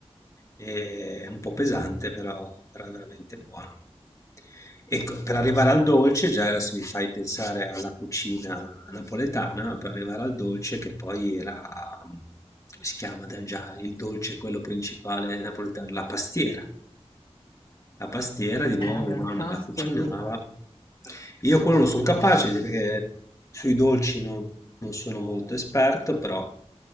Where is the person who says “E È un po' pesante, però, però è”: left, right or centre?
Left